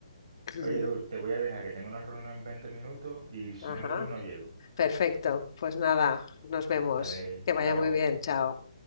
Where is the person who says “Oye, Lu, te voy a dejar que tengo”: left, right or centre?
Right